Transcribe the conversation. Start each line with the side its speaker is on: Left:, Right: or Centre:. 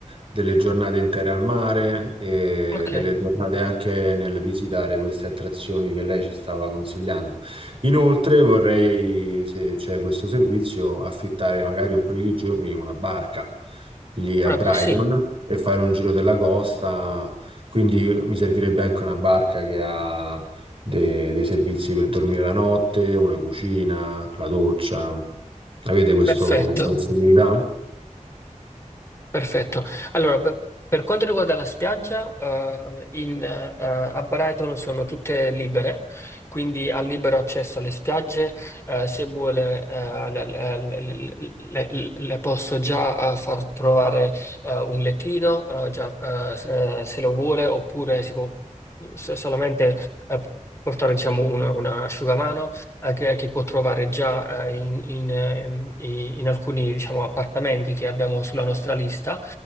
Right: delle giornate intere al mare e
Left: Ok,
Right: delle giornate anche nel visitare queste attrazioni che lei ci stava consigliando. Inoltre vorrei, se c'è questo servizio, affittare magari un paio di giorni una barca lì
Left: vabbè,
Right: a Brighton
Left: sì,
Right: e fare un giro della costa. Quindi mi servirebbe anche una barca che ha de- dei servizi per dormire la notte, una cucina, la doccia. Avete questo-
Left: perfetto.
Right: questa possibilità?
Left: Perfetto. Allora, per per quanto riguarda la spiaggia, eh, in, eh, a Brighton sono tutte libere, quindi ha libero accesso alle spiagge. eh, se vuole, eh, le, le- le- le- le posso già eh, far trovare eh, un lettino, eh, già, eh, se se lo vuole, oppure si può so- solamente eh, portare, diciamo, un, un asciugamano eh, che, che può trovare già eh, in, in, ehm, i- in alcuni, diciamo, appartamenti che abbiamo sulla nostra lista.